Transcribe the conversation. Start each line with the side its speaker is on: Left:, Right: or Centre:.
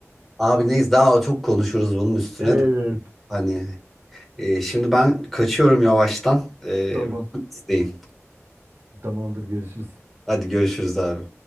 Centre: abi neyiz daha çok konuşuruz bunun üstüne
Right: Evet
Centre: de hani Ee, şimdi ben kaçıyorum yavaştan. Ee,
Right: tamam
Centre: isteyin.
Right: tamamdır görüşürüz.
Centre: Hadi görüşürüz abi.